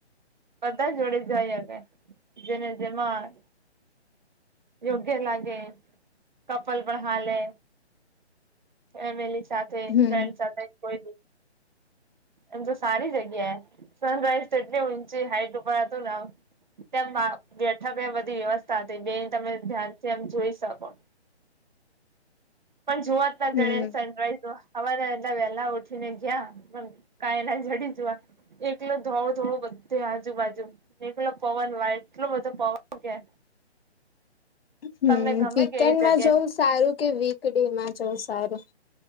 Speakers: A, on the right; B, on the left.
A: બધા જોડે જાયગ જેને જેમાં યોગ્ય લાગે કપલ પણ હાલે ફેમિલી સાથે તે
B: હમ
A: ફન્ડ સાથે કોઈ એમ તો સારી જગ્યાએ સનરાઈઝ તો એટલી ઊંચી હાઈટ ઉપર હતું ને તેમ બેઠકે બધી વ્યવસ્થા હતી બે તમે ધ્યાનથી એમ જોઈ શકો પણ જોવા જ ના
B: હમ
A: જણ્યા સનરાઈઝ હવા એટલા વેલા ઉઠી ને ગયા પણ કાઈ ના જડી જવા એકલ ધોળું ધોળું બધે આજુબાજુ નીલો પવન વાય એટલોું બધો પવન કે
B: હમ
A: તમને ગમે
B: વીકેન્ડમાં
A: કે એવી જગ્યા
B: જવું સારું કે વીકડે માં જવું સારું